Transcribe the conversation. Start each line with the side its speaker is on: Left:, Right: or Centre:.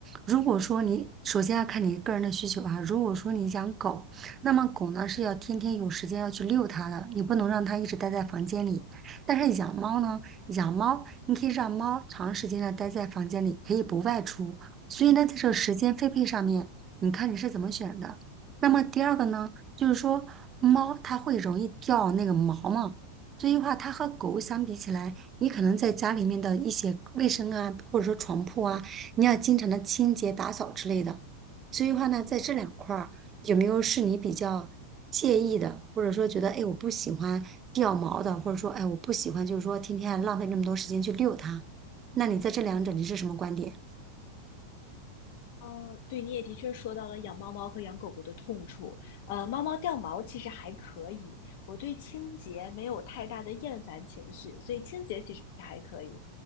Right: 如果说你首先要看你个人的需求啊，如果说你养狗，那么狗呢是要天天有时间要去遛它的，你不能让它一直待在房间里。但是养猫呢，养猫你可以让猫长时间的待在房间里，可以不外出。所以呢，在这个时间分配上面，你看你是怎么选的？那么第二个呢，就是说猫它会容易掉那个毛嘛。所以话，它和狗相比起来。你可能在家里面的一些卫生啊，或者说床铺啊，你要经常的清洁打扫之类的。所以的话呢，在这两块儿，有没有是你比较介意的，或者说觉得哎我不喜欢掉毛的，或者说哎我不喜欢就是说天天浪费那么多时间去遛它？那你在这两者你是什么观点？
Left: 哦，对，你也的确说到了养猫猫和养狗狗的痛处。呃，猫猫掉毛其实还可以，我对清洁没有太大的厌烦情绪，所以清洁其实还可以。